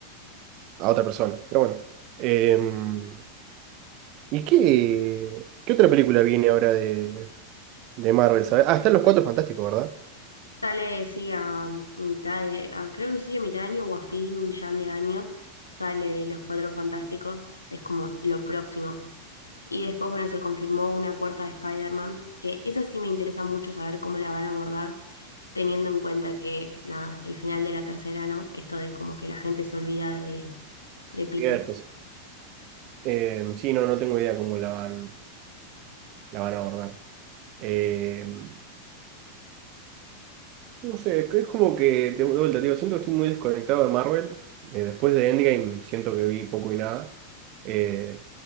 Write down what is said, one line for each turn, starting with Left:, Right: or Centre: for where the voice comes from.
Right: a otra persona. Pero bueno. Em, ¿y qué, qué otra película viene ahora de, de Marvel? ¿sabes? Ah, están los Cuatro Fantásticos, ¿verdad?
Left: Sale, sí, a mitad de, a- creo que no sé si a mitad de año o a fin ya de año, sale Los Cuatro Fantásticos, es como lo próximo. Y después, bueno, se confirmó una cuarta de Spider-Man, que esa sí me interesa mucho saber cómo la van a abordar, teniendo en cuenta que, nada, el final de la tercera, ¿no? Esto de como que la gente se olvida de, de Peter.
Right: Cierto, sí. Em, sí, no, no tengo idea cómo la van, la van a abordar. Em, No sé, es, es como que, de vuelta, digo, siento que estoy muy desconectado de Marvel. Eh, después de Endgame siento que vi poco y nada. Eh,